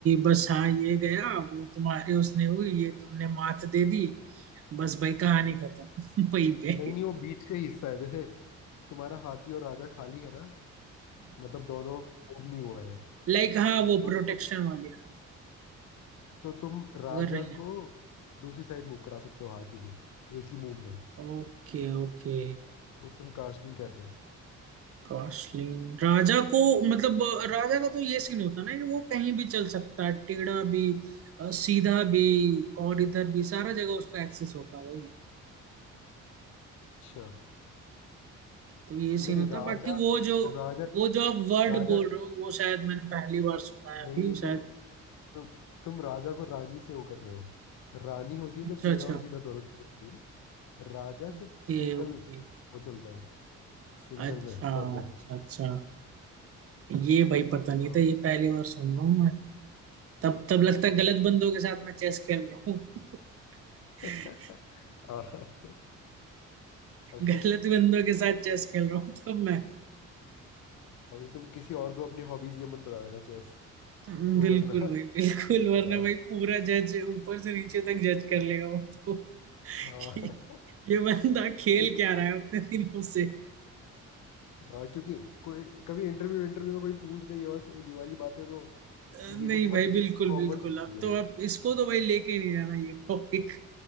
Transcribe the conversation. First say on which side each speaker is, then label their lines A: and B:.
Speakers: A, on the right; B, on the left.
A: बस हाँ ये गया वो तुम्हारे उसने हुई ये तुमने मात दे दी बस भाई कहानी खत्म <laughs> वही भाई
B: नहीं नहीं वो बीच का ही हिस्सा है जैसे तुम्हारा हाथी और राजा खाली है ना मतलब दोनों move नहीं हुआ है
A: लाइक हाँ वो
B: तो
A: प्रोटेक्शन
B: तो,
A: वाली हाँ
B: तो तुम राजा
A: अगर नहीं है
B: को दूसरी साइड मूव करा सकते हो हाथी के एक ही मूव में
A: Okay okay
B: उसे हम कास्टलिंग कहते हैं
A: कॉस्टलिंग राजा को मतलब अ, राजा का तो ये सीन होता है ना कि वो कहीं भी चल सकता है टेढ़ा भी अ, सीधा भी और इधर भी सारा जगह उसको एक्सेस होता है भाई
B: अच्छा
A: तो ये सीन
B: नहीं
A: होता
B: राजा
A: है बाकी वो जो
B: राजा
A: वो जो आप वर्ड
B: राजा
A: बोल रहे हो वो शायद मैंने पहली बार सुना है अभी
B: नहीं नहीं
A: शायद
B: तुम तुम तुम राजा को रानी से वो कर रहे हो रानी होती है
A: अच्छा
B: जो टेढ़ा
A: अच्छा
B: और सीधा दोनों होती है राजा
A: Okay
B: सिर्फ सिंगल
A: okay
B: वो चलता है सिंगल
A: अच्छा
B: में कॉर्नर
A: अच्छा अच्छा ये भाई पता नहीं
B: हाँ
A: था ये पहली बार सुन रहा हूँ मैं तब तब लगता है गलत बंदों के साथ मैं चेस खेल रहा हूँ <laughs>
B: <laughs> आह, अभी
A: गलत बंदों के साथ चेस खेल रहा हूँ तब मैं
B: अभी तुम किसी और को अपनी हॉबीज ये मत बता देना चेस
A: हाँ,
B: वरना
A: बिल्कुल भाई बिल्कुल वरना
B: हाँ
A: भाई पूरा जज ऊपर से नीचे तक जज कर लेगा वो तो
B: हाँ
A: कि
B: <laughs>
A: ये बंदा खेल
B: नहीं,
A: क्या रहा है उतने दिनों से
B: हाँ, क्योंकि कोई कभी इंटरव्यू इंटरव्यू में कोई पूछ दे ये वाला ये वाली बात है तो
A: अ,
B: ये
A: नहीं
B: तो बहुत
A: भाई
B: ही
A: बिल्कुल
B: कॉमन
A: बिल्कुल
B: सी चीज
A: अब
B: है
A: तो अब इसको तो भाई लेके ही नहीं जाना ये टॉपिक